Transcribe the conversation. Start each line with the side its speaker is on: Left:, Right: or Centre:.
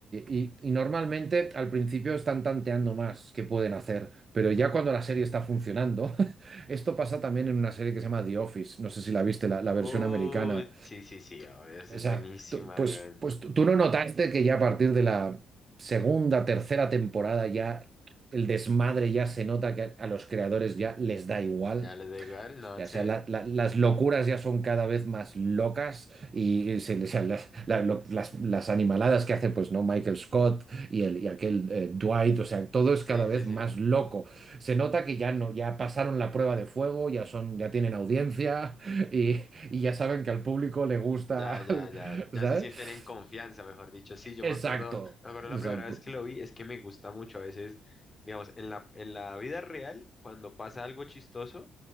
Right: y- y normalmente al principio están tanteando más qué pueden hacer, pero ya cuando la serie está funcionando, <laughs> esto pasa también en una serie que se llama The Office, no sé si la viste, la, la
Left: Uy,
Right: versión americana,
Left: sí, sí, sí, obvio, es
Right: esa-
Left: buenísima,
Right: tú- pues,
Left: weón.
Right: pues tú tú no notaste que ya a partir de la segunda, tercera temporada ya el desmadre ya se nota que a a los creadores ya les da igual.
Left: Ya les da igual, no
Right: Ya
Left: sé.
Right: sea, la- la- las locuras ya son cada vez más locas y se, les- o sea, las, la- lo- las- las animaladas que hace, pues, ¿no? Michael Scott y, el, y aquel eh, Dwight, o sea, todo es
Left: Sí,
Right: cada vez
Left: sí, sí.
Right: más loco. Se nota que ya no, ya pasaron la prueba de fuego, ya son, ya tienen audiencia y, y ya saben que al público le gusta,
Left: Ya, ya,
Right: <laughs>
Left: ya, ya
Right: ¿sabes?
Left: se sienten en confianza, mejor dicho. Sí, yo
Right: Exacto,
Left: me acuerdo, me acuerdo la
Right: exacto.
Left: primera vez que lo vi, es que me gusta mucho a veces, digamos, en la, en la vida real, cuando pasa algo chistoso,